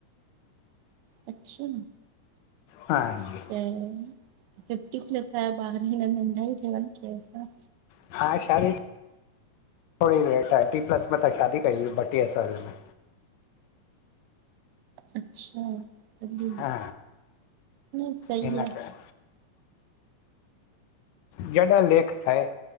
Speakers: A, on the right; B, on the left.
A: अच्छा।
B: हा जी।
A: अं <unintelligible> फिफ्टी प्लस आयो, बार अञा नदा ही तव छा?
B: हा, शादी थोड़ी, लेट टी प्लस में त शादी कई हुई, ॿटीह साल में।
A: अच्छा तॾहिं
B: हा
A: न सही
B: हिन
A: आहे
B: कर। जॾहि लेख ठए।